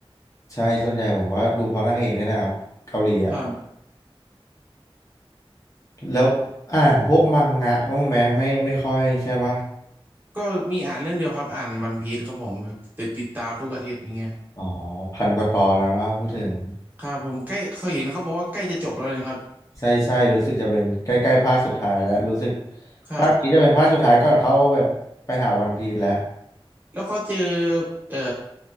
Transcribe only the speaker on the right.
ครับ
ก็มีอ่านเรื่องเดียวครับอ่านวันพีซครับผมแบบติดติดตามทุกอาทิตย์อย่างเงี้ย
ครับผมใกล้เขาเห็นเขาบอกว่าใกล้จะจบแล้วนะครับ
ครับ
แล้วเขาเจอเอ่อ